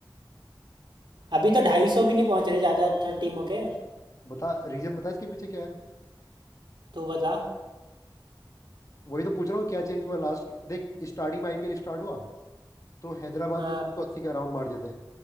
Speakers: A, on the right; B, on the left.
A: अभी तो ढाई सौ भी नहीं पहुंच रहे ज़्यादातर टीमों के
B: बता रीजन बता इसके पीछे क्या है
A: तू बता
B: वही तो पूछ रहा हूँ क्या चेंज हुआ लास्ट के देख स्टार्टिंग में आईपीएल स्टार्ट हुआ तो हैदराबाद
A: हाँ
B: ने दो सौ अस्सी का राउंड मार दिए थे